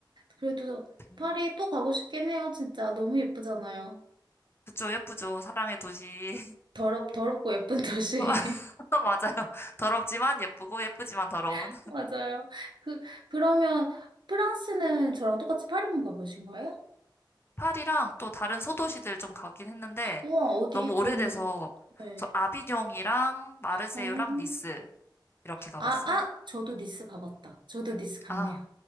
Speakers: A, on the right; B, on the left.
A: 그래도
B: 음.
A: 파리 또 가고 싶긴 해요, 진짜. 너무 예쁘잖아요.
B: 그쵸, 예쁘죠? 사랑의 도시.
A: 더럽, 더럽고 예쁜 도시.
B: <laughs> 맞아요. 더럽지만 예쁘고, 예쁘지만 더러운.
A: <laughs> 맞아요. 그, 그러면 프랑스는 저랑 똑같이 파리만 가보신 거예요?
B: 파리랑 또 다른 소도시들 좀 가긴 했는데,
A: 우와, 어디?
B: 너무
A: 저는,
B: 오래돼서,
A: 네.
B: 저 아비뇽이랑 마르세유랑
A: 어,
B: 니스, 이렇게 가봤어요.
A: 아, 아, 저도 니스 가봤다. 저도 니스 갔네요.
B: 아,